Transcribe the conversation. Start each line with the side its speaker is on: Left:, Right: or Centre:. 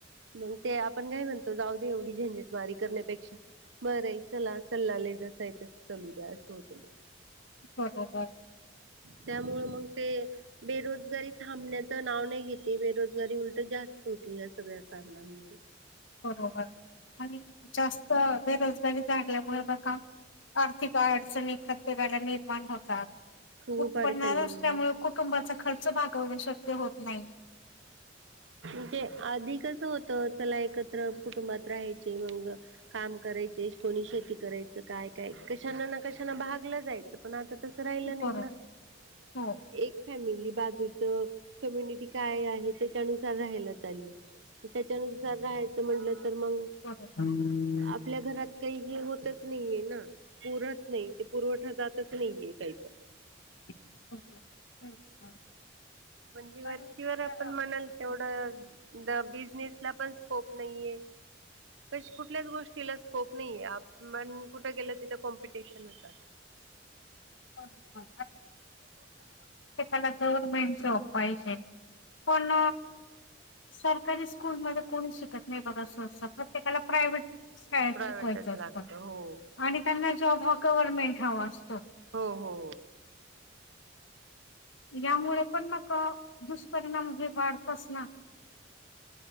Right: मग ते आपण काय म्हणतो जाऊ दे एवढी झंझटमारी करण्यापेक्षा बरं चला चालेले जसं आहे तसं चलू द्या असं होतं मगं.
Left: <inaudible>
Right: त्यामुळे मग ते बेरोजगारी थांबण्याचं नाव नाही घेते बेरोजगारी उल तर जास्त होती या सगळ्या कारणमुळे
Left: बरोबर आणि जास्तं. बेरोजगारी झाल्यामुळे बघ आर्थिक अडचणी प्रतेकाला निर्माण होतात.
Right: खूप
Left: उत्पन्न
Right: अडचणी
Left: नसल्यामुळे
Right: येतात.
Left: कुटुंबाचा खर्च भागवण शक्य होत नाही.
Right: म्हणजे अधिकच होत चला एकत्र कुटुंबात राहायचे मग काम कराय - कोणी शेती करायचं काय काय कशा ना कशना भागलं जायचं पण आता. तस राहिलं नाही
Left: बरोबर
Right: ना
Left: हो
Right: एक फॅमिली बाजू- कम्यनिटी काय आहे त्याच्यानुसार राहायला चालली. त्याच्यानुसार राहायचं म्हटलं तर मग
Left: बरोबर.
Right: आपल्या घरात- काही हे होतच नाहीये ना पुरत नाही ते पुरवठा जातच नाहीये काही तर-
Left: <inaudible>
Right: म्हणजे वरचीवर
Left: आणि जरा
Right: आपण
Left: हं,
Right: म्हणाल तेवढं. द बिझनेस ला पण स्कोप नाहीये. क कुठल्याच गोष्टीला स्कोप नाहीय कुठं गेलं तिथं कॉम्पिटिशनच आहे.
Left: बरोबर. त्याला गव्हर्न्मेंट जॉब पाहिजे पण. सरकारी स्कूलमध्ये कोणी शिकतं नाही बघा. सरसकट प्रत्येकाला प्रायव्हेट. शाळेत
Right: प्रायव्हेटच
Left: शिकवायच असत
Right: लागतं हो
Left: आणि त्यांना जॉब हा गव्हर्नमेंट हवा असतो.
Right: हो हो हो.
Left: यामुळे पण मग दुष्परिणाम हे वाढतच ना.